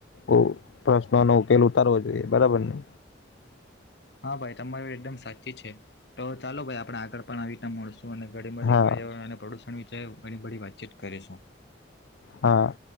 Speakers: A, on the left (about 80°); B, on the left (about 65°).
A: ઓ પ્રશ્નનો ઉકેલ ઉતારવો જોઈએ બરાબર ને
B: હા ભાઈ તમારી એકદમ સાચી છે તો ચાલો ભાઈ આપણે આગળ પણ આવી રીતના મળશું અને
A: હા
B: <unintelligible> પર્યાવરણ અને પ્રદુષણ <unintelligible> ઘણી બધી વાતચીત કરીશું
A: હા